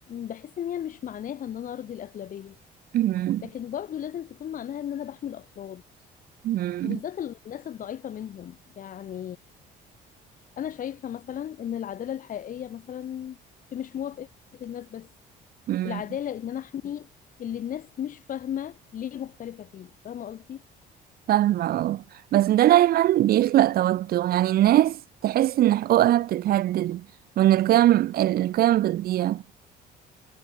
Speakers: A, on the left; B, on the right.
A: بحس إن هي مش معناها إن أنا أرضي الأغلبية
B: مم،
A: لكن برضو لازم تكون معناها إن أنا بحمي الأفراد
B: مم،
A: وبالذات الناس الضعيفة منهم يعني أنا شايفة مثلا إن العدالة الحقيقية مثلا في مش موافقة الناس بس
B: مم.
A: العدالة إن أنا أحمي اللي الناس مش فاهمة ليه مختلفة فيه فاهمة قصدي؟
B: فاهمة اه بس ده دايما بيخلق توتر يعني الناس تحس إن حقوقها بتتهدد وإن القيم ال- القيم بتضيع